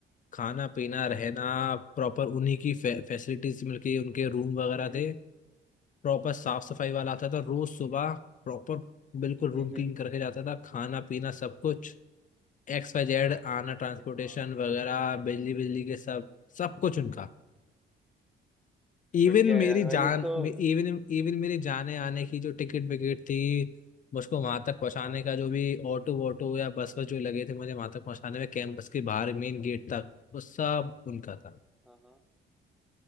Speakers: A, on the left; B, in the centre.
A: खाना पीना रहना प्रॉपर उन्हीं की फे, फैसिलिटीज मिल के उनके रूम वगैरह
B: हम्म हम्म
A: थे प्रॉपर साफ सफाई वाला आता था रोज सुबह प्रॉपर बिल्कुल रूम
B: हम्म,
A: क्लीन
B: हम्म।
A: करके जाता था खाना पीना सब कुछ एक्स वाई जेड आना ट्रांसपोर्टेशन
B: अरे वाह
A: वगैरह बिजली बिजली के सब सब कुछ उनका इवन
B: बढ़िया है
A: मेरी
B: यार भाई
A: जान
B: ये तो
A: इवन इवन मेरी जाने आने की जो टिकट विकेट थी मुझको वहां तक
B: हाँ
A: पहुंचाने
B: हाँ
A: का जो भी ऑटो वोटो या बस वस जो लगे थे मुझे वहां तक पहुंचाने में कैंपस के बाहर मेन गेट तक वो सब उनका था
B: हाँ हाँ